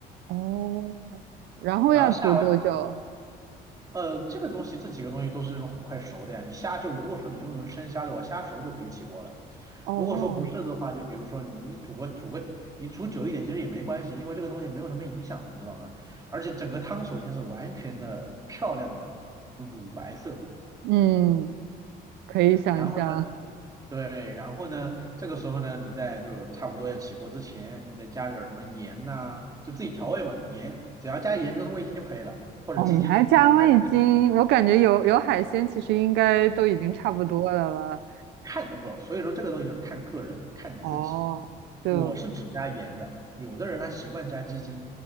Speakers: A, on the right; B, on the right.
A: 哦，然后要煮多久？
B: 然后下完呃，这个东西，这几个东西都是那种很快熟的呀。你虾就如果说你用的是生虾的话，虾熟就可以起锅了。
A: 哦，
B: 如果说不是的话，就比如说你你煮个煮个，你煮久一点其实也没关系，因为这个东西没有什么影响的，知道吗？而且整个汤首先是完全的漂亮的乳白色，
A: 嗯，可以想象。
B: 然后呢，对，然后呢，这个时候呢，你在就差不多要起锅之前，你再加点儿什么盐呐、就自己调味嘛，盐只要加盐跟味精就可以了，或者鸡精，
A: 哦，你还加味精，
B: 看你自己。
A: 我感觉有有海鲜，其实应该都已经差不多了吧？
B: 看不，所以说这个东西就是看个人，看你自己。
A: 哦，就
B: 我是只加盐的，有的人他习惯加鸡精，